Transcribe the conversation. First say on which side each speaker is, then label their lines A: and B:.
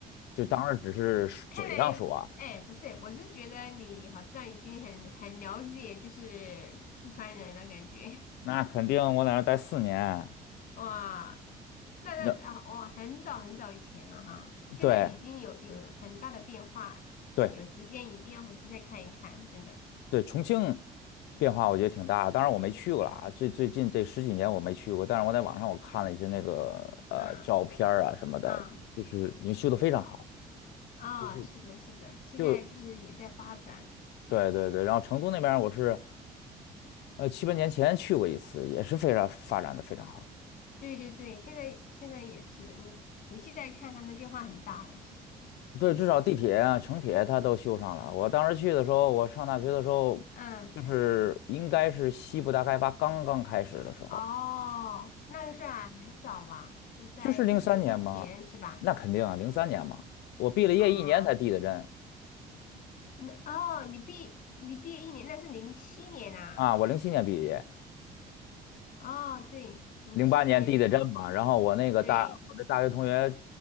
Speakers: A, on the left (about 80°); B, on the left (about 55°).
A: 就当时只是嘴上说啊
B: 看来哎不是，我是觉得你好像已经很很了解就是四川人了，感觉。
A: 那肯定我在那儿待四年，
B: 哇，那那啊，
A: 那
B: 哦，很早很早以前了哈，现在已经有有了很大的变化，
A: 对。对，
B: 有时间一定要回去再看一看，真的。
A: 对，重庆变化我觉得挺大，当然我没去过了啊，最最近这十几年我没去过，但是我在网上我看了一些那个呃照片儿啊什么的，
B: 嗯嗯
A: 就是你修得非常好，
B: 啊，
A: 就就
B: 是的，是的，现在就是也在发展，
A: 就
B: 对
A: 对对对，然后成都那边儿我是呃七八年前去过一次，也是非常发展的非常好，
B: 对对对，现在现在也是的，你回去再看，他们变化很大的，其实真的。
A: 对，至少地铁啊、城铁它都修上了。我当时去的时候，我上大学的时候，
B: 嗯，
A: 就是应该是西部大开发刚刚开始的时候。
B: 哦，那个是啊，很早吧，是在地震之前是吧？
A: 就是零三年嘛，那肯定啊，零三年嘛，我毕了业一年才递的震
B: 啊。那哦，你毕你毕业一年，那是零七年啊。
A: 啊，我零七年毕业，
B: 哦，对，零七年，
A: 零八年递的震嘛，然后我那个大我那大学同学
B: 对，